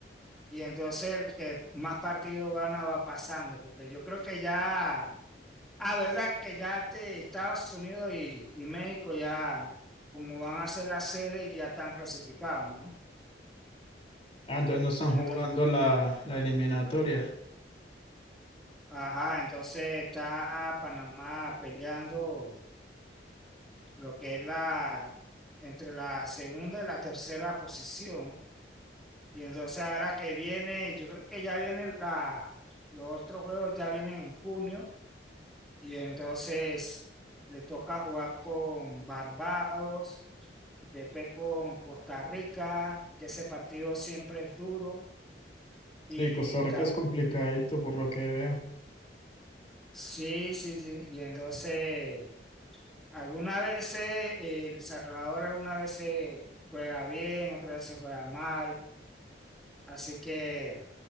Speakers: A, in the centre; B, on the left (about 30°).
A: y entonces el que más partidos gana va pasando, porque yo creo que ya, ah, verdad que ya este Estados Unidos y, y México ya como van a ser la sede ya están clasificados, ¿no?
B: Ah, entonces no están
A: Y entonces,
B: jugando la, la eliminatoria.
A: ajá, entonces está Panamá peleando lo que es la, entre la segunda y la tercera posición. Y entonces ahora que viene, yo creo que ya viene la, los otros juegos ya vienen en junio y entonces le toca jugar con Barbados, después con Costa Rica, que ese partido siempre es duro. Y
B: Sí, Costa Rica
A: también,
B: es complicadito por lo que veo.
A: sí, sí, sí. Y entonces, algunas veces eh, El Salvador, algunas veces juega bien, otras veces juega mal. Así que